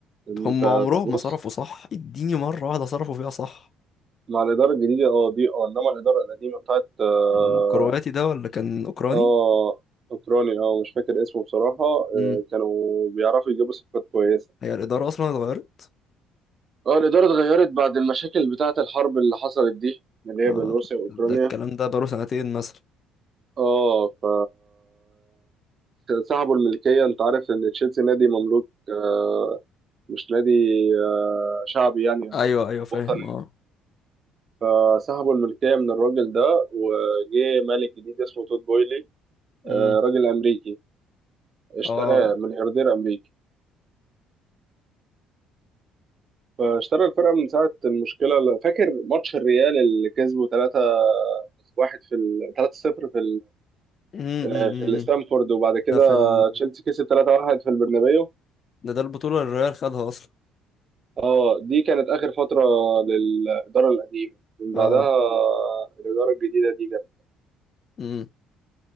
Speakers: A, on the right (about 45°); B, on the left (about 50°).
A: انت
B: هم عمرهم
A: تبص
B: ما صرفوا صح اديني مرة واحدة صرفوا فيها صح
A: مع الإدارة الجديدة اه دي اه انما الإدارة القديمة بتاعت اه
B: الكرواتي ده ولا كان اوكراني
A: اه، اوكراني اه مش فاكر اسمه بصراحة اه،
B: امم
A: كانوا بيعرفوا يجيبوا صفقات كويسة
B: هي الإدارة اصلا اتغيرت
A: اه الإدارة اتغيرت بعد المشاكل بتاعة الحرب اللي حصلت دي اللي هي
B: آه
A: بين روسيا وأوكرانيا
B: ده الكلام ده بقاله سنتين مثلا
A: اه ف سحبوا الملكية أنت عارف إن تشيلسي نادي مملوك آه، مش نادي آه، شعبي يعني أو
B: ايوه ايوه فاهم
A: وطني
B: اه
A: فسحبوا الملكية من الراجل ده وجه مالك جديد اسمه تود بويلي
B: امم
A: آه، راجل أمريكي اشتراه
B: اه
A: ملياردير أمريكي فاشترى الفرقة من ساعة المشكلة فاكر ماتش الريال اللي كسبه 3 واحد في 3 0 في
B: امم
A: آه،
B: أمم.
A: لستامفورد وبعد كده
B: ده في ال...
A: تشيلسي كسب 3-1 في البرنابيو
B: ده ده البطولة اللي الريال خدها أصلا
A: اه دي كانت اخر فتره للاداره القديمه من
B: اه
A: بعدها آه، الاداره الجديده دي جت
B: امم